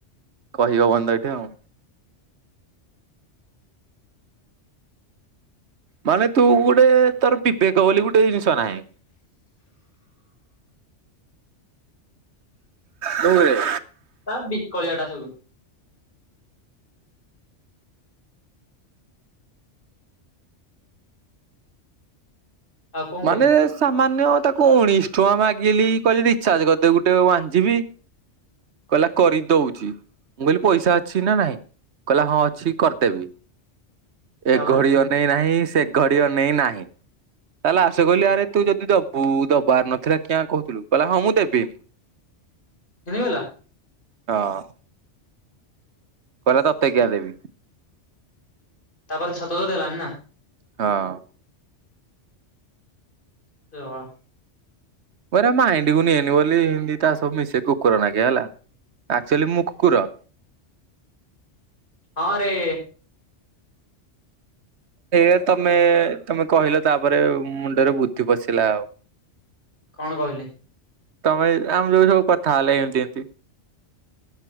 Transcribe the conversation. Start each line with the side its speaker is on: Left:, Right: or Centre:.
Right: କହି ହବନି ତ ଏଠେ ଆଉ। ମାନେ ତୁ ଗୁଟେ। ତୋର ବିବେକ ବୋଲି ଗୋଟେ ଜିନିଷ ନାହିଁ। ଢୁଙ୍ଗୁରେ।
Left: ତା ବିକଳିଆ ଟା ସୁଦୁ। ଆଉ କଣ କହୁଛୁ
Right: ମାନେ ସାମାନ୍ୟ ତାକୁ ଉଣେଇଶି ଟଙ୍କା ମାଗିଲି, କଇଲି ରିଚାର୍ଜ କରିଦେ ଗୋଟେ ୱାନ୍ ଜି ବି କହିଲା କରିଦଉଛି। ମୁଁ କହିଲି ପଇସା ଅଛି ନା ନାଇଁ, କହିଲା ହଁ ଅଛି କରିଦେବି।
Left: ତାପରେ
Right: ଏ ଘଡି ଅନେଇ ନାହିଁ, ସେ ଘଡି ଅନେଇ ନାହିଁ। ତାହେଲେ ଆସେ କହି ଆରେ ତୁ ଯଦି ଦବୁ ଦବାର ନଥିଲା କିଆଁ କହୁଥିଲୁ, କହିଲା ହଁ ମୁଁ ଦେବି।
Left: <unintelligible>
Right: ହଁ। କହିଲା ତତେ କିିଆଁ ଦେବି?
Left: ତାପରେ ସତକୁ ଦେଲାନି ନା?
Right: ହଁ।
Left: <unintelligible>
Right: ପରା ମାଇଣ୍ଡିକୁୁ ନିଏନି ବୋଲି, ହିନ୍ଦୀ ତା ସହ ମିଶେ କୁକୁର ନାଗେ ହେଲା ଆକ୍ଚୁଆଲି ମୁଁ କୁକୁର।
Left: ହଁରେ।
Right: ଏଇରା ତମେ, ତମେ କହିଲ ତାପରେ ମୁଣ୍ଡରେ ବୁଦ୍ଧି ପଶିଲା ଆଉ।
Left: କଣ କହିଲି?
Right: ତମେ, ଆମେ ଯୋଉ ସବୁ କଥା ହେଲା ଏମିତି ଏମିତି।